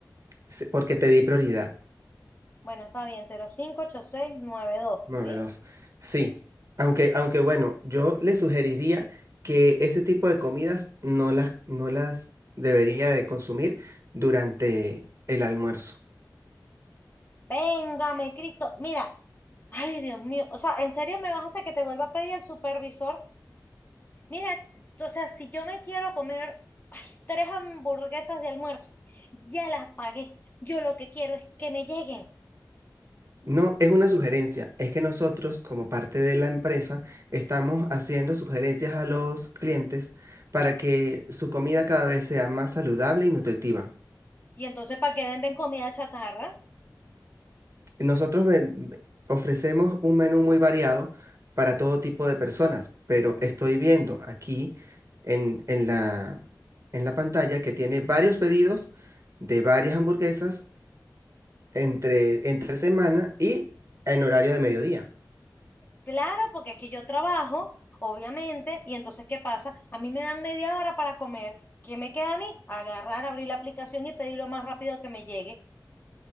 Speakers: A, on the right; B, on the left.
A: Sí, Porque te di prioridad.
B: Bueno, está bien, Cero cinco ocho seis nueve dos,
A: nueve
B: ¿sí?
A: dos Sí. Aunque, aunque bueno, yo le sugeriría que ese tipo de comidas no las, no las debería de consumir durante el almuerzo.
B: Véngame, Cristo. Mira, ay, Dios mío. O sea, ¿en serio me vas a hacer que te vuelva a pedir el supervisor? Mira, o sea, si yo me quiero comer ay, tres hamburguesas de almuerzo, ya las pagué. Yo lo que quiero es que me lleguen.
A: No, es una sugerencia. Es que nosotros, como parte de la empresa, estamos haciendo sugerencias a los clientes para que su comida cada vez sea más saludable y nutritiva.
B: Y entonces, ¿para qué venden comida chatarra?
A: Nosotros ven- ofrecemos un menú muy variado para todo tipo de personas, pero estoy viendo aquí en, en la, en la pantalla que tiene varios pedidos de varias hamburguesas entre, entre semana y en horario de mediodía.
B: Claro, porque es que yo trabajo, obviamente, y entonces, ¿qué pasa? A mí me dan media hora para comer. ¿Qué me queda a mí? Agarrar, abrir la aplicación y pedir lo más rápido que me llegue.